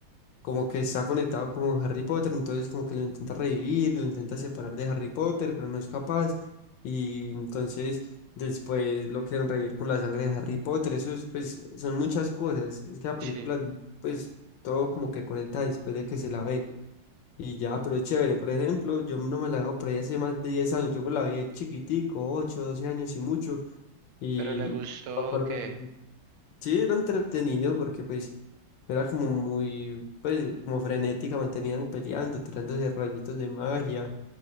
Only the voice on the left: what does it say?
como que está conectado con Harry Potter, entonces como que lo intenta revivir, lo intenta separar de Harry Potter, pero no es capaz. Y entonces después lo quieren revivir con la sangre de Harry Potter. Eso es, pues, son muchas cosas. Es que la
película, pues, todo como que conecta después de que se la ve. Y ya, pero es chévere. Por ejemplo, yo no me la veo por ahí hace más de 10 años. Yo me la veía chiquitico, 8 12 años y mucho. Y
no me acuerdo
bien. Sí, era entretenido porque pues era como muy, pues como frenética, mantenían peleando, tirándose rayitos de magia,